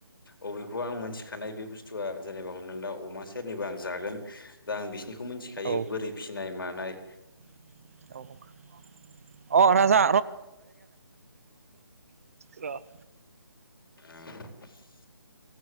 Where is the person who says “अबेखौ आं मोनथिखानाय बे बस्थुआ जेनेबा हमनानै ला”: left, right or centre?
Left